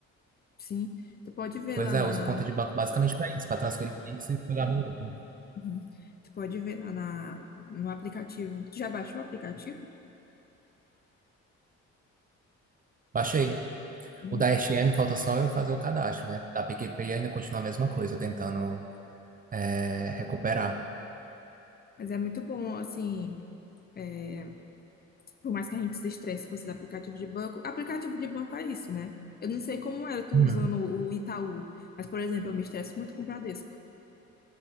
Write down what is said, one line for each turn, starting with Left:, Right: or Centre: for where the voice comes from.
Left: sim, tu pode ver
Right: Pois
Left: lá
Right: é,
Left: na,
Right: eu uso conta de banco basicamente para isso, para transferir Pix e pagar boleto.
Left: uhum. tu pode ver lá na, no aplicativo. Tu já baixou o aplicativo?
Right: Baixei.
Left: Uhum.
Right: O da S M, falta só eu fazer o cadastro, né? Da PicPay ainda continua a mesma coisa, tentando é, recuperar.
Left: Mas é muito bom, assim, é, por mais que a gente se estresse com esses aplicativos de banco, aplicativo de banco é isso, né? Eu não sei como era tu
Right: Uhum.
Left: usando o Itaú, mas, por exemplo, eu me estresso muito com o Bradesco.